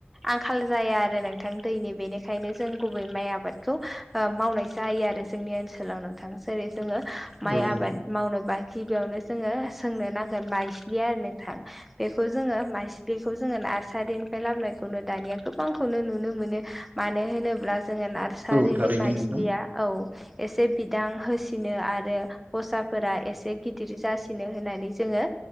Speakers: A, in the centre; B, on the right.
A: आंखाल जाया आरो नोंथां दैनि बेनिखायनो जों गुबु बै माइ आबादखौ ओ मावनाय जायो आरो जोंनि ओनसोलाव नोंथां जेरै जोंङो
B: नोंथां
A: माइ
B: औ
A: आबाद
B: नोंथां
A: मावनोबा खिबियावनो जोंङो सोंनो नांगोन माइस्लि आरो नोंथां। बेखौ जोंङो माइस्लिखौ जोंङो नार्सारिनिफ्राय लाबोनायखौनो दानिया गोबांखौनो नुनो मोनो। मानो होनोब्ला जोंङो नार्सारिनि
B: औ थारैनो
A: माइस्लिया
B: नोंथां
A: औ एसे बिदां होसिनो आरो गसाफोरा एसे गिदिर जासिनो होननानै जोंङो